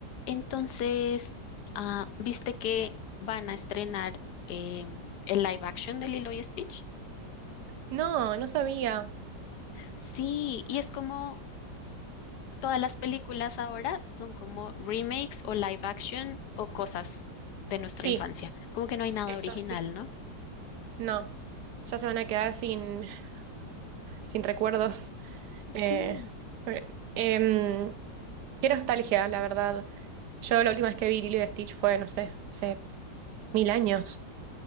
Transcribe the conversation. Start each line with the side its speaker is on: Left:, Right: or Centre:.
Left: Entonces, ah, ¿viste que van a estrenar em, el live action de Lilo y Stitch?
Right: No, no sabía.
Left: Sí, y es como todas las películas ahora son como remakes o live action o cosas de nuestra
Right: Sí,
Left: infancia. Como que no hay nada
Right: eso
Left: original,
Right: sí.
Left: ¿no?
Right: No, ya se van a quedar sin, <laughs> sin recuerdos. Eh,
Left: Sí,
Right: eh, em, qué nostalgia, la verdad. Yo la última vez que vi Lilo y Stitch fue, no sé, hace mil años.